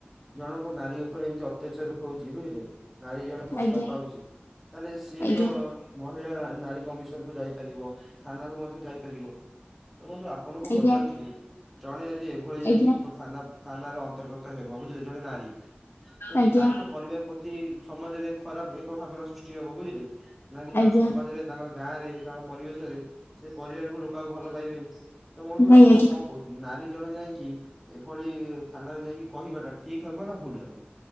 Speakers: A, in the centre; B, on the left.
A: ଜଣଙ୍କ ନାରୀ ଉପରେ ଏମିତି ଅତ୍ୟାଚାର ହଉଛି ବୁଝିଲେ। ନାରୀ ଜଣେ କଷ୍ଟ
B: ଆଜ୍ଞା
A: ପାଉଛି ତାହେଲେ ସିଏ
B: ଆଜ୍ଞା
A: ତ ମହିଳା ନାରୀ କମିଶନ କୁ ଯାଇପାରିବ ଥାନା କୁ ମଧ୍ୟ ଯାଇପାରିବ। ଦେଖନ୍ତୁ ଆପଣଙ୍କୁ
B: ଆଜ୍ଞା
A: ପଚାରୁଥିଲି ଜଣେ ଯଦି ଏଭଳି ଯାଇକି
B: ଆଜ୍ଞା
A: ଥାନା ଥାନାର ଅନ୍ତର୍ଗତ ହେବ ବୁଝିଲେ ଜଣେ ନାରୀ ତ
B: ଆଜ୍ଞା ଆଜ୍ଞା
A: ତାଙ୍କ ପରିବାର ପ୍ରତି ସମାଜରେ ଖରାପ ଏକ ଭାବନା ସୃଷ୍ଟି ହବ ବୁଝିଲେ। ଯାହାକି ତାଙ୍କ
B: ଆଜ୍ଞା
A: ସମାଜରେ ତାଙ୍କ ଗାଁ ରେ ତାଙ୍କ ପରିବେଶରେ ସେ ପରିବାରକୁ ଲୋକ ଆଉ ଭଲ ପାଇବେନି ତ ବନ୍ଧୁ
B: ନାଇଁ
A: ଆପଣ
B: ଆଜ୍ଞା
A: କଣ କହୁଛ ନାରୀ ଜଣେ ଯାଇକି ଏଭଳି ଥାନାରେ ଯାଇକି କହିବାଟା ଠିକ ହବ ନା ଭୁଲ ହବ।